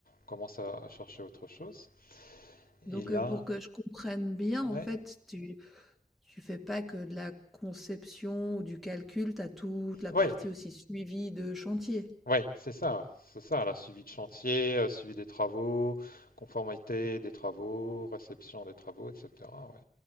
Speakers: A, on the left; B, in the centre.
A: commence à, à chercher autre chose.
B: Donc
A: Et là,
B: heu, pour que je comprenne bien, en
A: ouais,
B: fait, tu Tu fais pas que de la conception ou du calcul, tu as toute la
A: ouais,
B: partie aussi suivie de chantier.
A: Ouais, c'est ça, c'est ça, la suivi de chantier, euh, suivi des travaux, conformité des travaux, réception des travaux, etc. ouais.